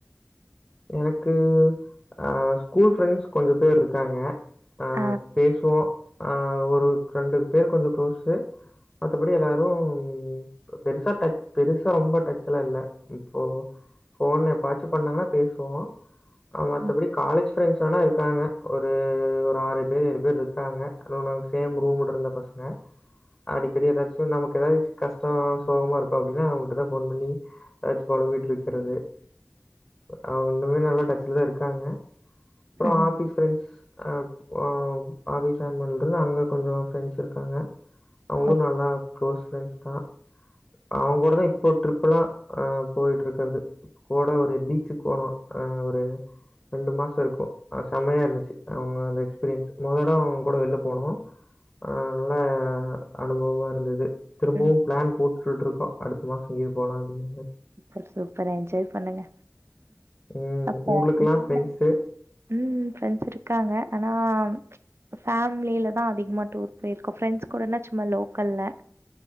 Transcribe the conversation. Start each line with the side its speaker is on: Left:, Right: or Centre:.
Left: எனக்கு அஹ் ஸ்கூல் ஃப்ரெண்ட்ஸ் கொஞ்சோ பேர் இருக்காங்க ஆஹ்
Right: ஆ
Left: பேஸ்வோ ஆஹ் ஒருக் ரெண்டு பேர் கொஞ்சோ க்ளோஸு மத்தபடி எல்லாரும் பெருசா டச் பெருசா ரொம்போ டச்சில்லா இல்ல இப்போ ஃபோன் எப்பச்சி பண்ணாங்ன்னா பேசி ப்போ ஆஹ் மத்தபடி
Right: ம்
Left: காலேஜ் ஃப்ரெண்ட்ஸ் வேணா இருக்காங்க ஒரு ஒரு ஆறு பேர் ஏழு பேர் இருக்காங்க அதும் நாங்க சேம் ரூமுட் இருந்த பசங்க அடிக்கடி ஏதாச்சும் நமக்கு ஏதாச்சி கஷ்டோம் சோகமாக இருகோ அப்டின்னா அவங்கிட்ட தான் ஃபோன் பண்ணி ஏதாச்சி பொலம்பிட்ருக்குறது அவங்க இன்னுமே நல்லா டச்சில தான் இருக்காங்க அப்றோம்
Right: ம்
Left: ஆபிஸ் ஃப்ரெண்ட்ஸ் ஆப் ஆஹ் ஆபிஸ் ஜாயின் பண்றல இருந்து அங்க கொஞ்சோ ஃப்ரெண்ட்ஸ் இருக்காங்க அவங்களு
Right: ஓகே
Left: நல்லா க்ளோஸ் ஃப்ரெண்ட்ஸ் தா அவங்கூடதான் இப்போ ட்ரிப் ஃபுல்லா அஹ் போயிட்ருக்கறது கூட ஒரு பீச்சிக் போனோம் அஹ் ஒரு ரெண்டு மாசம் இருக்கும் ஆஹ் செம்மயா இருந்திச்சி அவ்ங்க அந்த எக்ஸ்பீரியன்ஸ் மொதட அவ்ங்க கூட வெள்ல போனோம் ஆஹ் நல்லா அனுபவமா இருந்தது திரும்புவும்
Right: ம்
Left: பிளான் போட் டுட்டு இருக்கோ அடுத்த மாதம் எங்கீ போலாம் அப்டிங்க மாரி
Right: சூப்பரு சூப்பர் எஞ்ஜாய் பண்ணுங்க
Left: ம்.
Right: அப்ப
Left: உங்களுக்கெல்லாம்
Right: <unintelligible>
Left: ஃப்ரெண்ட்ஸு.
Right: உம் ம் ஃப்ரெண்ட்ஸ் இருக்காங்க ஆனா ஆஹ் ஃபேம்லிலதான் அதிகமா டூர் போயிர்க்கோ ஃப்ரெண்ட்ஸ் கூடனா சும்மா லோக்கல்ல